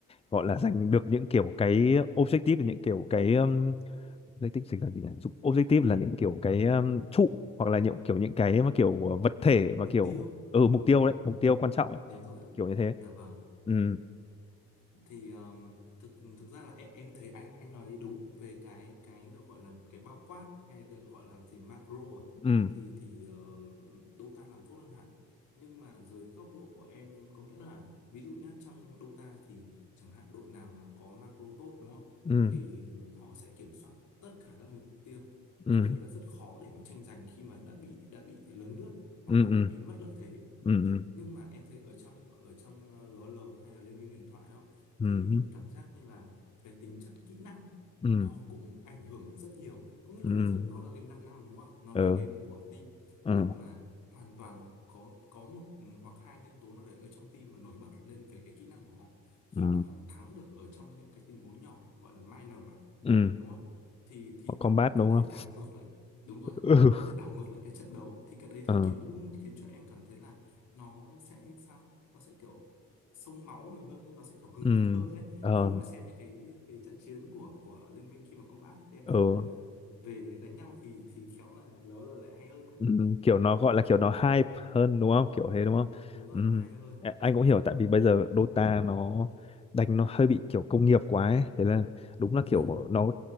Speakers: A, on the left; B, on the left.
A: gọi là giành được những kiểu cái objective những kiểu cái um, objective chính là gì nhỉ Dục- objective là những kiểu cái um, trụ hoặc là những kiểu những cái
B: M-
A: mà kiểu vật thể mà
B: mục
A: kiểu
B: tiêu
A: ừ mục
B: đúng
A: tiêu
B: không
A: đấy mục tiêu quan trọng ấy
B: đúng rồi ạ
A: kiểu như thế
B: dạ vâng
A: ừ
B: thì um, thực thực ra là em, em thấy anh anh nói đúng về cái cái được gọi là cái bao quát hay được gọi là gì macro à
A: ừ
B: thì thì ờ, Dota làm tốt hơn hẳn nhưng mà dưới góc độ của em có nghĩa là ví dụ nhá trong Dota thì chẳng hạn đội nào mà có macro tốt đúng không
A: ừ
B: thì ờ, họ sẽ kiểm soát tất cả các mục tiêu
A: ừ
B: gần như là rất khó để mà tranh giành khi mà đã bị đã bị lấn lướt hoặc
A: ừ
B: là đã
A: ừ ừ
B: bị mất lợi thế
A: ừ ừ.
B: nhưng mà em thấy ở trong ở trong ờ, lờ o lờ hay là Liên minh huyền thoại đó
A: ừ
B: thì ờ, cảm giác như là cái tính chất kỹ năng
A: ừ
B: nó cũng ảnh hưởng rất nhiều có nghĩa
A: ừ
B: là bây giờ nó là game 5 năm đúng không nó
A: ừ
B: là game của team
A: ừ
B: nhưng mà hoàn toàn có có một ừ, hoặc hai nhân tố nào đấy ở trong team mà nổi bật lên về cái kỹ năng của họ khi
A: ừ
B: mà họ thắng được ở trong những cái tình huống nhỏ gọi là minor à,
A: ừ
B: đúng không thì thì
A: Họ
B: nó
A: combat
B: cũng có
A: đúng
B: thể
A: không
B: đảo ngược lại đúng rồi
A: ừ
B: nó có thể đảo ngược lại cái trận đấu thì cái đấy là
A: ừ
B: khiến khiến cho em cảm thấy là nó sẽ sao nó sẽ kiểu sông máu mình hơn ấy nó sẽ kiểu hừng
A: ừ
B: hực hơn đấy
A: ờ
B: khi mà xem những cái cái trận chiến của của liên minh khi mà combat thì em
A: ừ.
B: thấy là về đánh nhau thì thì khéo là nó là lại hay hơn cơ.
A: ừ. kiểu nó gọi là kiểu nó hype hơn đúng không kiểu thế đúng không
B: đúng rồi
A: ừ.
B: nó hay hơn
A: A- anh cũng hiểu tại vì bây giờ Dota nó đánh nó hơi bị kiểu công nghiệp quá ấy. thế là đúng là
B: dạ
A: kiểu nó